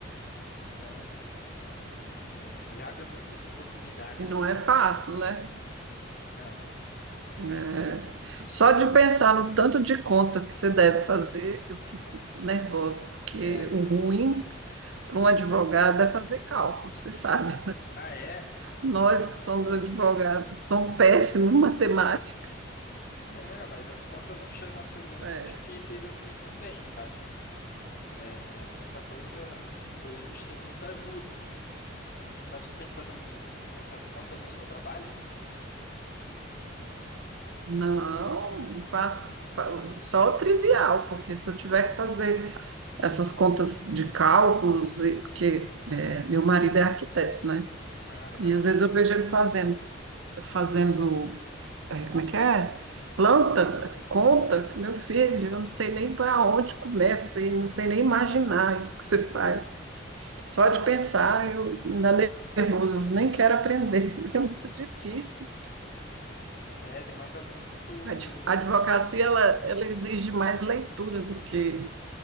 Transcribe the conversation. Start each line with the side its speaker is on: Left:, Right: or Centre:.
Left: Então, eh, ele abre muitas oportunidades,
Right: E não
Left: né?
Right: é fácil, né?
Left: Não.
Right: É. Só de pensar no tanto de conta que você deve fazer, eu fico nervosa, porque
Left: É.
Right: o ruim para um advogado é fazer cálculo, você sabe.
Left: Ah, é?
Right: Nós que somos advogados somos péssimos em matemática.
Left: Não, mas as contas não chegam a ser muito
Right: É.
Left: difíceis assim também, sabe? É, muita coisa, muita coisa a gente tem muita ajuda. Mas você tem que fazer muita, muitas contas no seu trabalho?
Right: Não, eu faço, fa- só o trivial, porque se eu tiver que fazer essas contas de cálculos, e- porque é, meu marido é arquiteto, né?
Left: Ah, legal.
Right: E às vezes eu vejo ele fazendo fazendo, é, como é que é? Planta, conta, meu filho, eu não sei nem para onde começa e não sei nem imaginar isso que você faz. Só de pensar, eu me dá nervoso, eu nem quero aprender, <laughs> é muito difícil.
Left: É, demanda muito.
Right: A adv- a advocacia, ela, ela exige mais leitura, porque